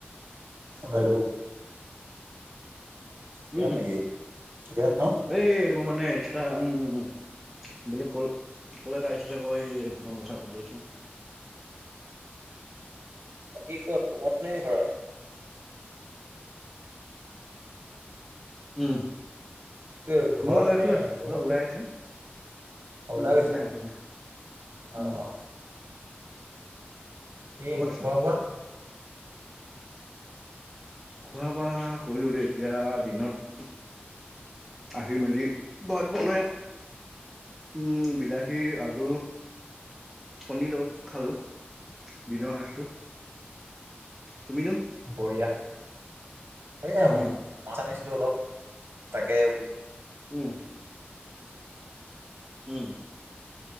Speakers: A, on the right; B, in the centre.
A: Hello. জ্ঞান
B: উম উম
A: নেকি জ্ঞান ন?
B: এই এইবোৰ মানে। এটা উমউ, বোলে কল কল এটা আহিছ কৈ ভখন কথা পাতি আছো।
A: বাকী কত ৰুমত নে ঘৰত?
B: উম
A: কি ঘৰত
B: মই এইফাল
A: নে ৰুমত
B: অলপ ওলাই
A: কৈছা?
B: আছো।
A: অ ওলাই
B: ঘৰত
A: গৈছা
B: নাই ঘৰত নাই,
A: অ
B: উম।
A: অ বাকী
B: ক'ত আছা
A: খোৱা-বোৱা?
B: খোৱা বোৱা কৰিলো দেই এতিয়া দিনত। আহি মেলি ভাত বনাই উম বিলাহী আলু কনীৰ লগত খালো।
A: আচ্ছা
B: দিনৰ
A: আচ্ছা।
B: সাজটো, তুমিনো?
A: বঢ়িয়া, এ
B: উম
A: মাছ আনিছিলো অলপ তাকে বো
B: উম উম।